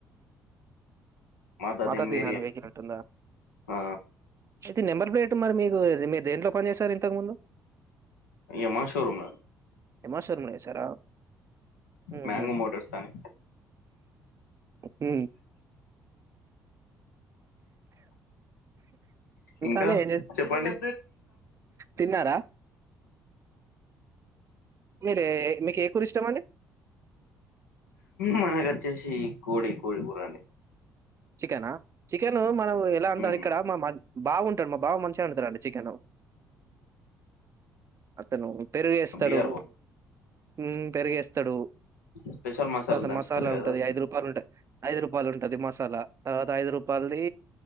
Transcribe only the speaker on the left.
మాతా
దీన్ వేరియంట్
ఆ
ఇగ మా షోరూమ్ లో
మ్యాంగో మోటార్స్ అని
ఇంకా
చెప్పండి
మనకొచ్చేసి కోడి కోడికూర అని
ఉమ్
బిఆర్ బో
స్పెషల్
దంచుతారు
కదా